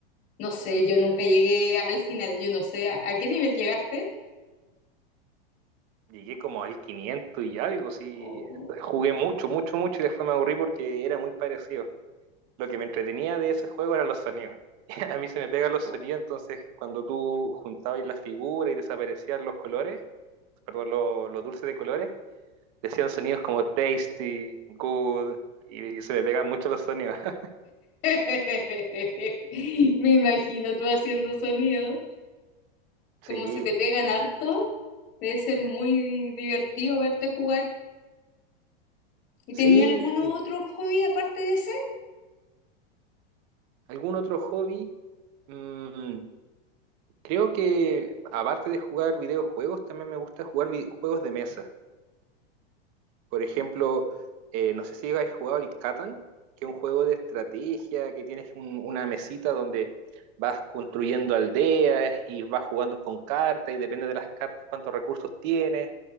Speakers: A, on the left (about 35°); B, on the right (about 45°).
A: No sé, yo nunca llegué al final, yo no sé, ¿a, a qué nivel llegaste?
B: Llegué como al 500 y algo, sí.
A: Oh.
B: Jugué mucho, mucho, mucho y después me aburrí porque era muy parecido. Lo que me entretenía de ese juego eran los sonidos. <laughs> A mí se me pegan los sonidos, entonces cuando tú juntabas las figuras y desaparecían los colores, perdón, los, los dulces de colores, decían sonidos como tasty, good, y se me pegan mucho los sonidos. <laughs>
A: <laughs> Me imagino tú haciendo sonido,
B: Sí,
A: como se te pegan harto, debe ser muy divertido verte jugar. ¿Y
B: sí,
A: tenía algún otro hobby aparte de ese?
B: ¿Algún otro hobby? Mm, creo que aparte de jugar videojuegos, también me gusta jugar vi- juegos de mesa. Por ejemplo, eh, no sé si habéis jugado el Catan, que es un juego de estrategia, que tienes un- una mesita donde vas construyendo aldeas y vas jugando con cartas y depende de las cartas cuántos recursos tienes.